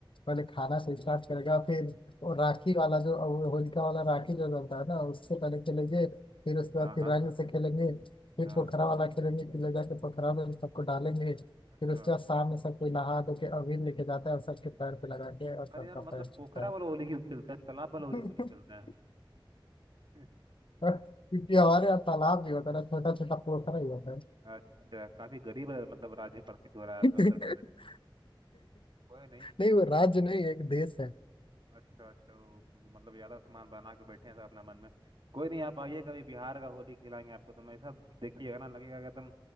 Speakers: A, on the left; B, on the right.
A: पहले खाना से स्टार्ट करेगा फिर वो राखी वाला जो वो होलिका वाला राखी जो जलता है ना उससे पहले खेलेंगे फिर उसके
B: हाँ
A: बाद फिर
B: हाँ
A: रंग से खेलेंगे फिर
B: हाँ
A: पोखरा वाला खेलेंगे फिर ले जाके पोखरा में सबको डालेंगे फिर
B: अच्छा
A: उसके बाद शाम में सब कोई नहा धो के अबीर लेके जाता है और सबके पैर पे लगा के और सबका
B: पर यार
A: पैर
B: मतलब
A: छूता
B: पोखरा
A: है
B: वाला होली क्यों खेलते हैं तालाब वाला
A: <laughs>
B: होली क्यों नहीं खेलते हैं <laughs>
A: क्योंकि हमारे यहाँ तालाब भी होता है छोटा छोटा पोखरा ही होता है
B: अच्छा काफी गरीब है मतलब राज्य प्रतीत हो रहा है आपका
A: <laughs>
B: उत्तर प्रदेश कोई नहीं
A: नहीं वो राज्य नहीं एक देश
B: अच्छा अच्छा वो मतलब यादव सामान बना के बैठे हैं सब अपना मन में कोई नहीं आप आइए कभी बिहार का होली खिलाएंगे आपको तो ऐसा देखिएगा ना लगेगा कि एकदम